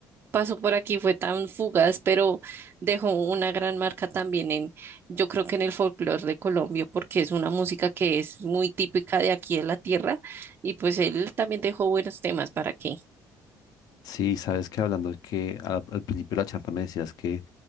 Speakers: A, on the right; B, on the left.
A: paso por aquí fue tan fugaz, pero dejó una gran marca también en, yo creo que en el folclore de Colombia, porque es una música que es muy típica de aquí de la tierra, y pues él también dejó buenos temas, ¿para que,
B: Sí, sabes que hablando es que al, al principio de la charla me decías que